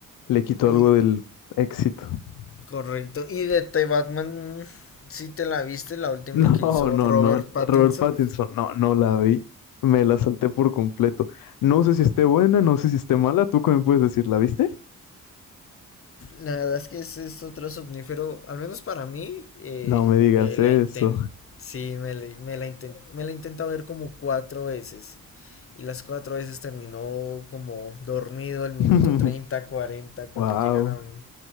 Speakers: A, on the left; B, on the left.
A: le quitó algo
B: y
A: del éxito. <laughs>
B: correcto. Y de The Batman, si ¿sí te la viste, la última
A: No,
B: que hizo
A: no,
B: Robert
A: no,
B: Pattinson,
A: Robert Pattinson, no, no la vi, me la salté por completo. No sé si esté buena, no sé si esté mala, ¿tú qué me puedes decir? ¿La viste?
B: La verdad es que ese es otro somnífero, al menos para mí, eh,
A: No me digas
B: me la
A: eso.
B: inten- sí, me la, me la inten- me la intenta ver como cuatro veces. Y las cuatro veces terminó como dormido el minuto
A: <laughs>
B: 30 40 cuando
A: Wow.
B: llegan a un...